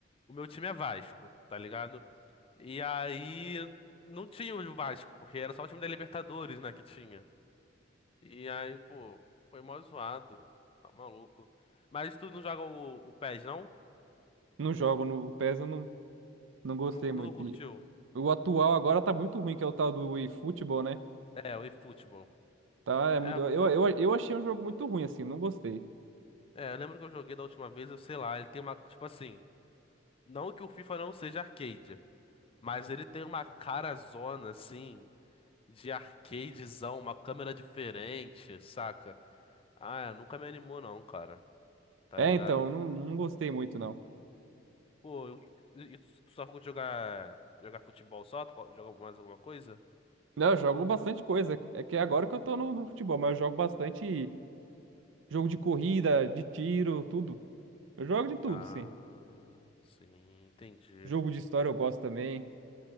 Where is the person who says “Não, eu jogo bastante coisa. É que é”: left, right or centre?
Right